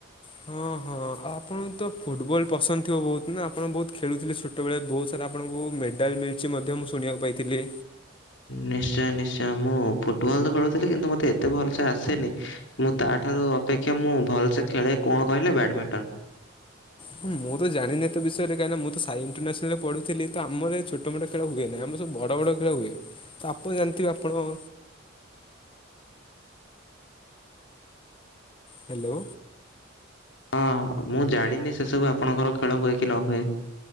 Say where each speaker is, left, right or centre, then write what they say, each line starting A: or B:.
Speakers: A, on the left (about 25°); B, on the left (about 65°).
A: ହଁ ହଁ ଆପଣ ତ ଫୁଟବଲ ପସନ୍ଦ ଥିବ ବହୁତ ନା ଆପଣ ବହୁତ ଖେଳୁଥିଲେ ଛୋଟ ଛୋଟବେଳେ ବହୁତ ସାରା ଆପଣଙ୍କୁ ମେଡ଼ାଲ ମିଳିଛି ମଧ୍ୟ ମୁଁ ଶୁଣିବାକୁ ପାଇଥିଲି?
B: ନିଶ୍ଚୟ ନିଶ୍ଚୟ ମୁଁ ଫୁଟବଲ୍ ତ ଖେଳୁଥିଲି କିନ୍ତୁ ମୋତେ ଏତେ ଭଲସେ ଆସେନି। ମୁଁ ତା ଠାରୁ ଅପେକ୍ଷା ମୁଁ ଭଲସେ ଖେଳେ କଣ କହିଲେ ବ୍ୟାଡ୍ ମିଣ୍ଟନ।
A: ହୁଁ ମୁଁ ତ ଜାଣିନି ଏତେ ବିଷୟରେ କାହିଁକ ନା ମୁଁ ତ ସାଇ ଇଣ୍ଟରନେସ୍ନାଲରେ ପଢ଼ୁଥିଲି ତ ଆମର ଛୋଟ ମୋଟ ଖେଳ ହୁଏ ନାହିଁ ଆମର ସବୁ ବଡ଼ ବଡ଼ ଖେଳ ହୁଏ ତାପ ଜାଣିଥିବେ ଆପଣ? ହାଲୋ।
B: ହଁ ମୁଁ ଜାଣିନି ସେସବୁ ଆପଣଙ୍କର ଖେଳ ହୁଏ କି ନ ହୁଏ।